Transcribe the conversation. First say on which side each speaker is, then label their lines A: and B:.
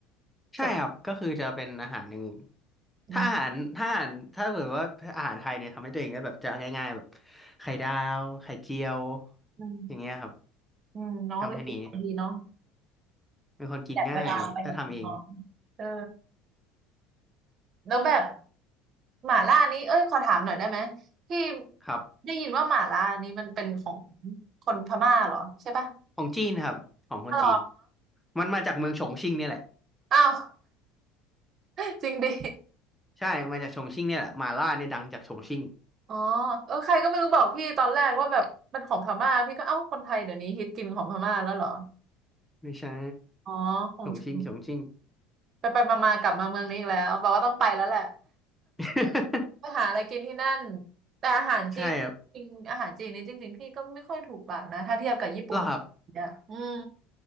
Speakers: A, in the centre; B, on the right (about 40°).
A: ใช่ครับก็คือจะเป็นอาหารอย่างอื่น
B: สุดอืม
A: ถ้าอาหารถ้าอาหารถ้าเกิดว่าอาหารไทยเนี่ยทำให้ตัวเองได้แบบจะง่ายๆแบบไข่ดาวไข่เจียว
B: อืม
A: อย่างเงี้ยครับ
B: อืมเนาะรู้สึกดีเนาะ
A: ทำแค่นี้เป็นคนกินง่ายถ้าทำเอง
B: อยากเวลาอะไรอย่างเงี้ยเนาะเออ แล้วแบบหม่าล่านี้เอ้ยขอถามหน่อยได้ไหมที่
A: ครับ
B: ได้ยินว่าหม่าล่านี้มันเป็นของคนพม่าเหรอใช่ปะ
A: ของจีนครับของคนจีน
B: อ๋อ
A: มันมาจากเมืองฉงชิ่งเนี่ยแหละ
B: อ้าว <laughs> จริงดิ
A: ใช่มาจากชงชิ่งเนี่ยแหละหมาล่าเนี่ยดังจากชงชิ่ง
B: อ๋อเออใครก็ไม่รู้บอกพี่ตอนแรกว่าแบบมันของพม่าพี่ก็เอ้าคนไทยเดี๋ยวนี้ฮิตกินของพม่าแล้วเหรอ
A: ไม่ใช่
B: อ๋อของจริง
A: ชงชิ่งชงชิ่ง
B: ไปไปมาๆกลับมาเมืองนี้อีกแล้วแปลว่าต้องไปแล้วแหละ
A: <laughs>
B: ไปหาอะไรกินที่นั่นแต่อาหารจีนจริงอาหารจีนนี่จริงๆพี่ก็ไม่ค่อยถูกปากนะถ้าเทียบกับญี่ปุ่น
A: ใช่ครับหรอครับ
B: เนี่ยอืม